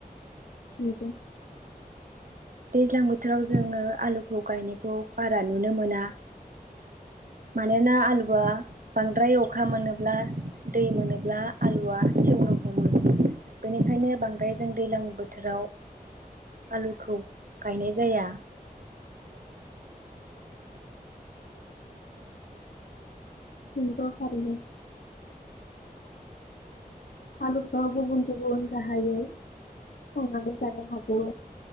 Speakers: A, on the left; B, on the right.
A: <unintelligible>
B: दैज्लां बोथोराव जोङो आलुखौ गायनायखौ बारा नुनो मोना मानोना आलुआ बांद्राय अखा मोनोब्ला दै मोनोब्ला आलुआ सेवनो हमो बेनिखायनो बांद्राय जों दैज्लां बोथोराव आलुखौ गायनाय जाया।
A: <unintelligible> आलुफ्राव गुबुन गुबुन राहायै संनानै जानो हागौ।